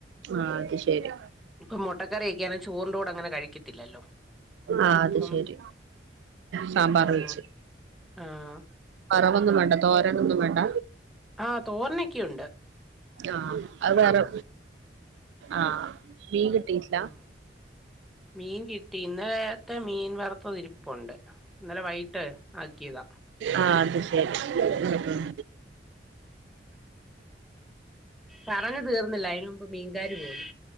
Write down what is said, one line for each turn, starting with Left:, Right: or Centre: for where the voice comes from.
Right: ആഹ് അത് ശരി
Centre: ഇപ്പൊ മുട്ടക്കറി ക്കെ ചോർന്റെ കൂടെ അങ്ങനെ കഴിക്കത്തില്ലല്ലോ
Right: ആഹ് അത്
Centre: അപ്പം
Right: ശെരി സാമ്പാർ
Centre: ആഹ്
Right: വെച്ച്
Centre: ആഹ്
Right: പറവൊന്നും വേണ്ട തോരനൊന്നും വേണ്ട
Centre: ആഹ് തോരനെക്കെയുണ്ട്
Right: ആഹ് അത് വേറെ ആഹ് മീൻ കിട്ടീട്ടില്ല
Centre: ഉം മീൻ കിട്ടി ഇന്നലത്തെ മീൻ വറുപ്പു ഇരിപ്പുണ്ട് ഇന്നലെ വൈട്ട് ആക്കിതാ
Right: ആഹ് അത് ശെരി ഉം ഉം
Centre: പറഞ്ഞ് തീർന്നില്ല അയ്ന് മുമ്പ് മീൻകാര് പോന്നു